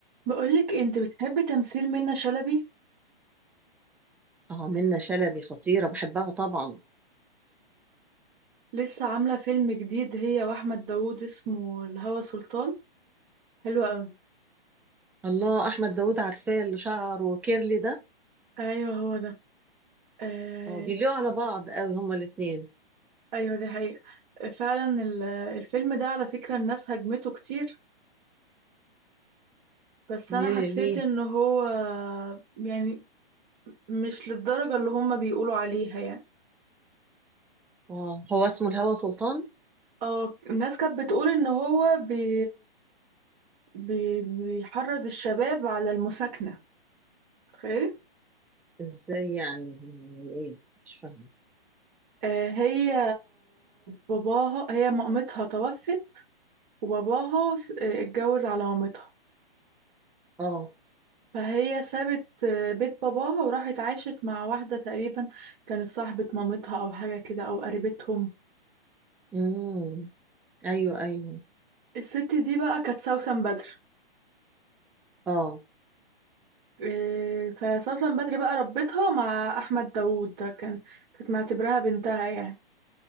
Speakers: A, on the right (about 50°); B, in the centre.
A: بقولك انت بتحبي تمثيل منة شلبي
B: اه منة شلبي خطيرة بحبها طبعا
A: لسه عاملة فيلم جديد هي واحمد داوود اسمه الهوى سلطان حلو قوي
B: الله أحمد داوود عارفاه اللي شعره كيرلي ده
A: ايوه هو ده آه
B: اه بيليقوا على بعض قوي هما الاتنين
A: ايوه دي حقيقة فعلا ال- الفيلم ده على فكرة الناس هجمته كتير بس
B: ليه
A: انا حسيت
B: ليه
A: ان هو يعني مش للدرجة اللي هما بيقولوا عليها يعني
B: اه هو اسمه الهوى سلطان
A: اه الناس كانت بتقول ان هو بي بي بيحرض الشباب على المساكنة تخيلي
B: ازاي يعني يعني ايه مش فاهمة
A: آه، هي باباها هي مامتها توفت وباباها س- آه، اتجوز على مامتها
B: اه
A: فهي سابت آه، بيت باباها وراحت عاشت مع واحدة تقريبا كانت صاحبة مامتها أو حاجة كده أو قريبتهم
B: امم ايوه ايوه
A: الست دي بقى كانت سوسن بدر
B: اه
A: آه، فسوسن بدر بقى ربتها مع أحمد داوود ده كان كانت معتبرها بنتها يعني